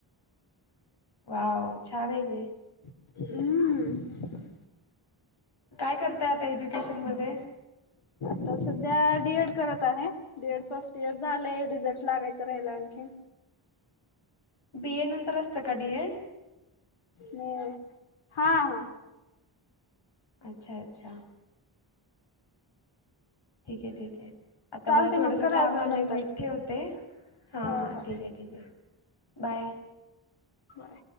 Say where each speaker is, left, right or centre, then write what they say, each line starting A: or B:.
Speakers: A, on the left (about 55°); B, on the left (about 85°).
A: वाव छान आहे की
B: हम
A: काय करताय आता एज्युकेशन मध्ये
B: तर सध्या डी एड करत आहे डी एड फर्स्ट इयर झालंय रिझल्ट लागायच राहिला आणखीन
A: बी ए नंतर असतं का डी एड
B: म हा, हा
A: अच्छा, अच्छा ठीक आहे, ठीक आहे आता
B: चालते
A: मला थोडस
B: मग करा
A: काम
B: अजून
A: आलंय
B: नंतर.
A: मी ठेवते हा, हां
B: हो हो.
A: ठीक आहे, ठीक आहे बाय
B: बाय.